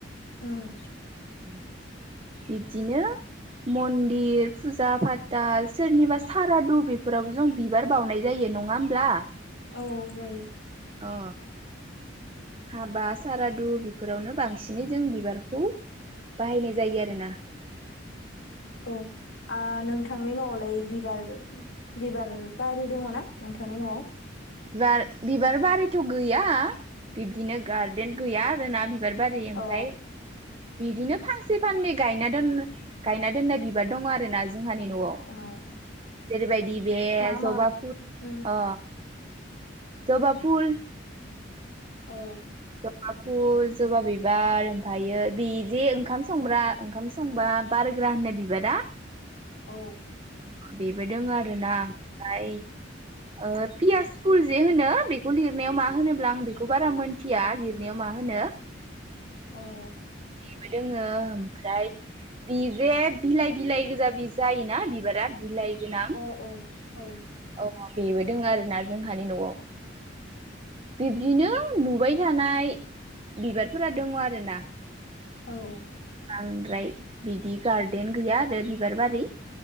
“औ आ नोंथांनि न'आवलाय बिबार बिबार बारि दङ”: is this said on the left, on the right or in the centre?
Left